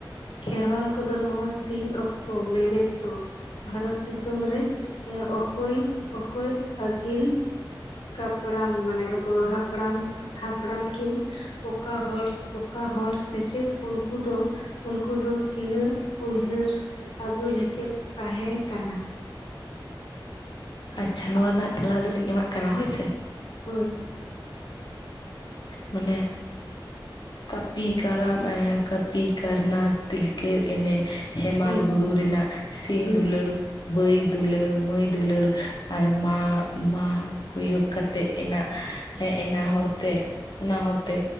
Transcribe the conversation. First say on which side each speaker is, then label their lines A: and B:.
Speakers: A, on the left; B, on the left.
A: ᱠᱷᱮᱨᱣᱟᱞ ᱠᱚᱫᱚ ᱱᱚᱣᱟ ᱥᱤᱧ ᱚᱠᱛᱚ ᱢᱮᱱᱮᱫ ᱫᱚ ᱵᱷᱟᱨᱚᱛ ᱫᱤᱥᱚᱢ ᱨᱮ ᱚᱠᱚᱭ ᱚᱠᱚᱭ ᱟᱹᱜᱤᱞ ᱠᱟᱯᱲᱟᱢ ᱢᱟᱱᱮᱠᱚ ᱦᱟᱯᱲᱟᱢ ᱦᱟᱯᱲᱟᱢ ᱠᱤᱱ ᱚᱠᱟ ᱦᱚᱲ ᱚᱠᱟ ᱦᱚᱲ ᱥᱮᱪᱮᱫ ᱩᱱᱠᱩ ᱫᱚ ᱩᱱᱠᱩ ᱫᱚ ᱠᱤᱱᱟᱹᱜ ᱩᱭᱦᱟᱹᱨ ᱟᱹᱜᱩ ᱞᱮᱠᱮ ᱛᱟᱦᱮᱸ ᱠᱟᱱᱟ?
B: ᱟᱪᱪᱷᱟ, ᱱᱚᱣᱟ ᱨᱮᱱᱟᱜ ᱛᱮᱞᱟ ᱫᱚᱞᱤᱧ ᱮᱢᱟᱜ ᱠᱟᱱᱟ ᱦᱳᱭ ᱥᱮ
A: ᱦᱳᱭ᱾
B: ᱢᱟᱱᱮ ᱠᱟᱹᱯᱤ, ᱠᱟᱨᱟᱢ, ᱠᱟᱹᱯᱤ ᱠᱟᱨᱱᱟ, ᱛᱤᱞᱠᱟ ᱮᱱᱮ ᱦᱮᱢᱟᱞ
A: ᱦᱩᱸ
B: ᱵᱩᱨᱩ
A: ᱦᱩᱸ
B: ᱨᱮᱱᱟᱜ ᱥᱤᱧ
A: ᱦᱩᱸ
B: ᱫᱩᱞᱟᱹᱲ, ᱵᱟᱹᱭ ᱫᱩᱞᱟᱹᱲ, ᱢᱟᱹᱭ ᱫᱩᱞᱟᱹᱲ, ᱟᱨ ᱢᱟ ᱢᱟ ᱦᱩᱭᱩᱜ ᱠᱟᱛᱮᱫ ᱮᱱᱟ, ᱦᱮᱸ ᱮᱱᱟ ᱦᱚᱨᱛᱮ ᱚᱱᱟ ᱦᱚᱨ ᱛᱮ